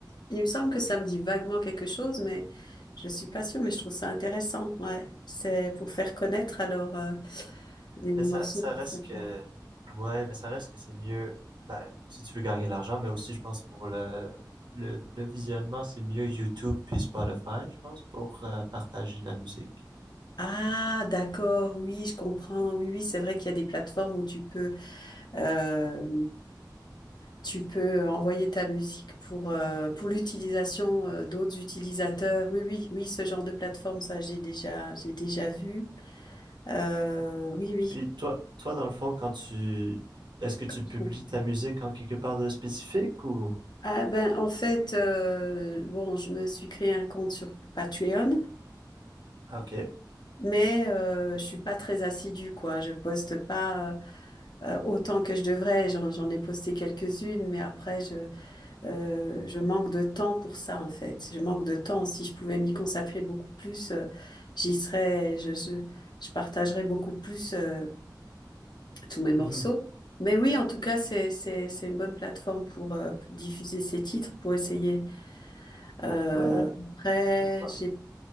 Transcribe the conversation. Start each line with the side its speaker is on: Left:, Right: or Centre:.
Left: il me semble que ça me dit vaguement quelque chose, mais je suis pas sûre, mais je trouve ça intéressant. Ouais. C'est pour faire connaître alors. euh, Des morceaux
Right: Mais ça, ça
Left: qui
Right: reste
Left: sont
Right: que,
Left: pas.
Right: ouais, mais ça reste que c'est mieux, ben, si tu veux gagner de l'argent, mais aussi, je pense, pour le, le, le visionnement, c'est mieux YouTube puis Spotify, je pense, pour euh, partager de la musique.
Left: Ah, d'accord, oui, je comprends. Oui, oui, c'est vrai qu'il y a des plateformes où tu peux, euh, tu peux envoyer ta musique pour, euh, pour l'utilisation, euh, d'autres utilisateurs. Oui, oui, oui, ce genre de plateforme, ça, j'ai déjà, j'ai déjà vu. Euh, oui, oui.
Right: Puis toi, toi, dans le fond, quand tu, est-ce que tu
Left: comme
Right: publies
Left: trouve.
Right: ta musique en quelque part de spécifique ou?
Left: Ah, ben, en fait, euh, bon, je me suis créé un compte sur Patreon.
Right: Ah, ok.
Left: Mais euh, je suis pas très assidue, quoi. Je poste pas. euh, euh, autant que je devrais. J'en, j'en ai posté quelques-unes, mais après, je, euh, je manque de temps pour ça, en fait. Je manque de temps. Si je pouvais m'y consacrer beaucoup plus, euh, j'y serais, je, je, je partagerais beaucoup plus euh, tous mes morceaux.
Right: Mhm.
Left: Mais oui, en tout cas, c'est, c'est, c'est une bonne plateforme pour, euh, pour diffuser ces titres, pour essayer. Euh,
Right: Ouais, hon-
Left: après,
Right: honnêtement,
Left: j'ai